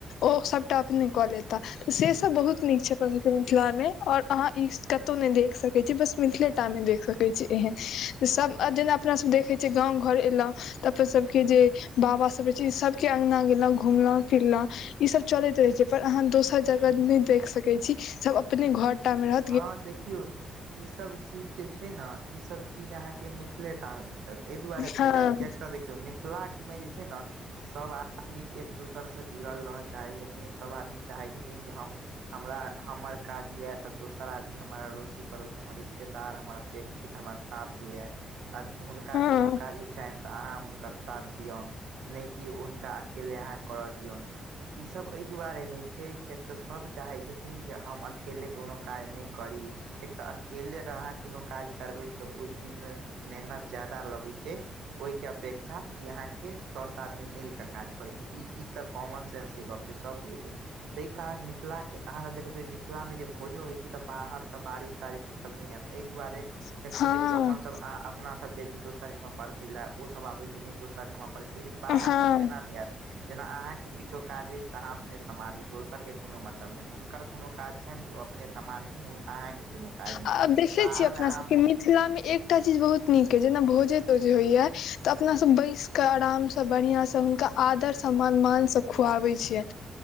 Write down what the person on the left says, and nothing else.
ओ सब। टॉप कऽ लेता से सब बहुत नीक छै, प के मिथिला मे और अहाँ। ई कत ने देख सके छी, बस मिथिले टा में देख सके छी, एहेन सब जेना। अपना सब देखे छिय, गाँव घर एल। तऽ अपन सबके जे बाबा सब रहे छै, सबके अंगना गेलं घूमल फिरल। ई सब चलैत रहे छै, पर अहाँ दोसर जगह नहि देख सके छी, सब अपने घर टा मे रह।
हँ
हँ
हँ
हँ
आब देखै
छियै अपना
सबके
मिथिला मे एकटा चीज बहुत नीक, अय जेना भोजे तोजे होइया तऽ अपना सब बैस। के आरामसँ बढ़िआं से हुनका, आदर सम मान मानसँ खुआबै छियैन।